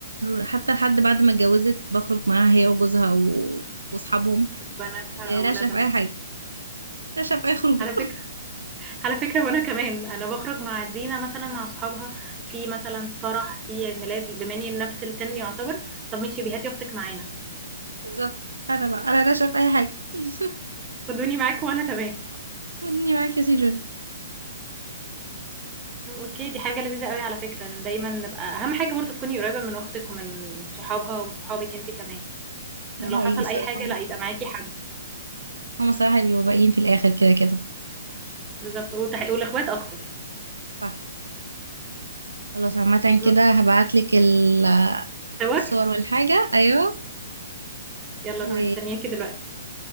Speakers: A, on the right; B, on the right.
A: حتى لحد بعد ما اتجوزت بخرج معاها هي وجوزها و- واصحابهم
B: بناتها،
A: راشقه
B: أولادها؟
A: في اي حاجه نشأ في أي خروجة
B: على فكرة على فكرة وأنا كمان، أنا باخرج مع دينا مثلًا مع صحابها في مثلًا فرح، في عيد ميلاد، بما إني نفس السِن يعتبر، طَب ماشي ب هاتي أختِك معانا،
A: بالظبط أنا بقى أنا نشأ في أي حاجة <laughs>
B: خدوني معاكم وأنا تمام.
A: خدني معاك يا سي جون
B: طَب أوكي، دي حاجة لذيذة أوي على فكرة إن دايمًا نبقى أهم حاجة برضه تكوني قريّبة من أختِك ومن صحابها وصحابِك أنتِ كمان، عشان
A: ده
B: لو
A: حقيقي
B: حصل
A: صراحة
B: أي حاجة لأ، يبقى معاكِ حد.
A: هما صراحة اللي بيبقوا باقيين في الآخر كده كده
B: بالضبط، وتح والإخوات أكتر.
A: صح خلاص عامة
B: بالضبط.
A: كده هبعتلك ال-
B: صور؟
A: الصور والحاجة أيوة
B: يالّا
A: و
B: أنا مستنياكِ دلوقتي.